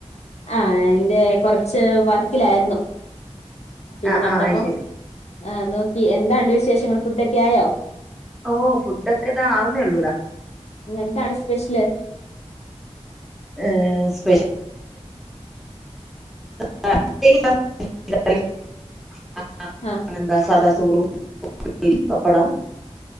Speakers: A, on the left (about 70°); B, in the centre.
A: ആ അതിന്റെ കുറച്ച് വർക്കിലായിരുന്നു അപ്പൊ ഇത്
B: ആ
A: കണ്ടപ്പോ
B: ആ അത് ശരി
A: ആ നോക്കി എന്താണ്ട് വിശേഷങ്ങൾ ഫുഡ് ഒക്കെ ആയോ
B: ഓ ഫുഡ് ഒക്കെ ഇതാ ആവുന്നേ ഉള്ളൂടാ
A: ഇന്ന് എന്താണ് സ്പെഷ്യല്
B: ഏഹ് സ്പെ <unintelligible>
A: ആഹ്
B: ഇന്ന് എന്താ സാദാ ചോറും മീൻ പപ്പടം